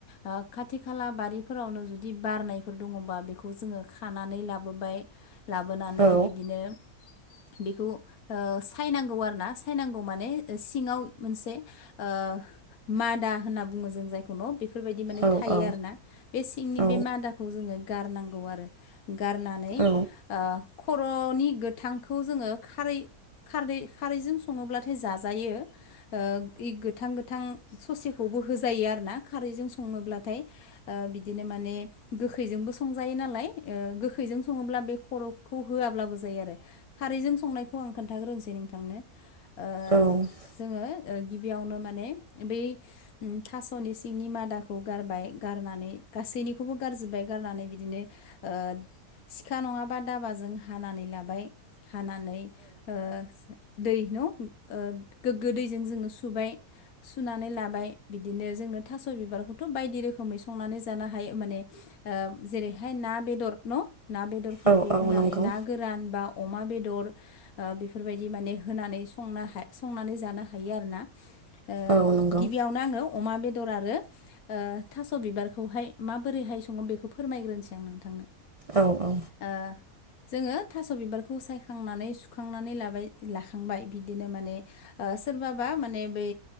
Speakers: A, on the left; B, on the right.
A: ओ खाथि खाला बारिफोरावनो जुदि बिदि बारनायफोर दङ'बा बेखौ जोङो खानानै लाबोबाय लाबोनानै
B: औ
A: बिदिनो। <inaudible> बेखौ ओ सायनांगौ आरो ना सायनांगौ माने सिङाव मोनसे ओ। मादा होनना बुङो जों जायखौ न' बे बेफोर बायदि माने
B: औ
A: थायो
B: औ
A: आरो ना बे सिंनि
B: औ
A: बे मादाखौ जोङो गारनांगौ आरो गारनानै ओ
B: औ
A: खर'नि। गोथांखौ जोङो खारै खारै खारैजों सङोब्लाथाय जाजायो। ओ इ गोथां गोथां ससेखौबो होजायो आरना खारैजों सङोब्लाथाय ओ बिदिनो माने गोखैजोंबो सं जायो नालाय ओ गोखैजों सङोब्ला बे खर'खौ होआबाबो जायो आरो। खारैजों संनायखौ आं खोन्थाग्रोनोसै नोंथांनो ओ
B: औ
A: जोङो। गिबियावनो माने बै थास'नि सिंनि मादाखौ गारबाय गारनानै। गासैनिखौबो गारजोब्बाय गारनानै बिदि। बिदिनो ओ सिखा नङाबा दाबाजों हानानै लाबाय। हानानै ओ दै न' गोग्गो दैजों जोङो सुबाय। सुनानै लाबाय बिदिनो जोंनो थास' बिबारखौथ' बायदि रोखोमै संनानै जानो हायो माने। ओ जेरैहाय ना बेदर न' ना बेदरफोरखौ
B: औ औ
A: होनानै
B: नंगौ
A: ना गोरान बा अमा बेदर। ओ बेफोरबायदि माने होनानै संनो संनानै जानो हायो आरोना। ओ
B: औ नंगौ
A: गिबियावनो आङो अमा बेदर आरो। ओ थास' बिबारखौहाय माबोरैहाय सङो बेखौ फोरमायग्रोनोसै आं नोंथांनो।
B: औ औ
A: ओ जोङो थास' बिबारखौ सायखांनानै सुखांनानै लाबाय लाखांबाय बिदिनो माने ओ सोरबाबा माने बै